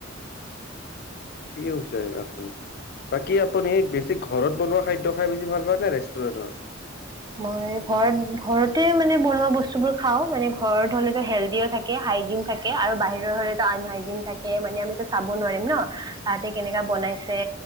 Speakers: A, on the left; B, on the right.
A: উম উম ঠিকেই কৈছে আহ আপুনি। বাকী আপুনি বেছি ঘৰত বনোৱা খাদ্য খাই বেছি ভাল পায় নে ৰেষ্টুৰেণৰ?
B: মই ঘৰত, ঘৰতে মানে বনোৱা বস্তুবোৰ খাও মানে ঘৰত হলেটো হেল্ডিও থা কে, হাইজিন থাকে আৰু বাহিৰৰ হলেতো আনহাইজিন থাকে, মানে আমিতো চাব নোৱাৰিম ন। তাহাতে কেনেকা বনাইছে